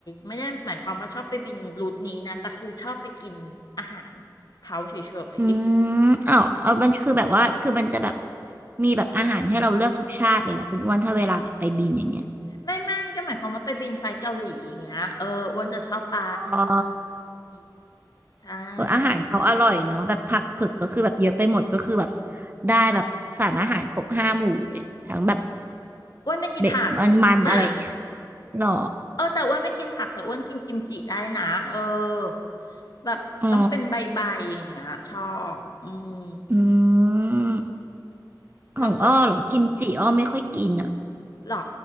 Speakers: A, on the left; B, on the right.
A: ไม่ได้หมายความว่าชอบไปบินรูทนี้นะแต่คือชอบไปกินอาหารเขาเฉย
B: อืมอ้าวเอามันคือแบบว่าคือมันจะแบบมีแบบอาหารให้เราเลือกทุกชาติเลยเหรอคุณอ้วนถ้าเวลาแบบไปบินอย่างเงี้ย
A: ๆไม่ไม่ก็หมายความว่าไปบินไฟล์เกาหลีอย่างเงี้ยเอออ้วนจะชอบไป
B: อ๋อ
A: อืมใช่เพราะ
B: เอออาหารเขาอร่อยเนาะแบบผักเผือกก็คือแบบเยอะไปหมดก็คือแบบได้แบบสารอาหารครบห้าหมู่เลยทั้งแบบ
A: อ้วนไม่กินผัก
B: เบ็ดมันๆอะไรอย่างเงี้ย
A: <laughs>
B: หรอ
A: เออแต่อ้วนไม่กินผักแต่อ้วนกินกิมจิได้นะเออแบบต้องเป็นใบๆอย่างเงี้ยชอบอืม
B: อ๋ออืม ของอ้อเหรอกิมจิอ้อไม่ค่อยกินอ่ะ
A: แล้วก็หรอ